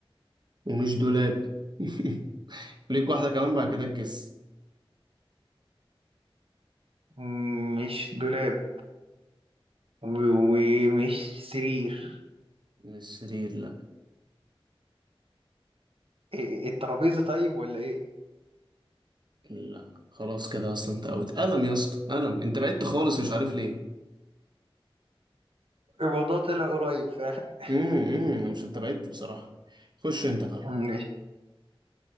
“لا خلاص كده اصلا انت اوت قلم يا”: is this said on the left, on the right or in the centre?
Right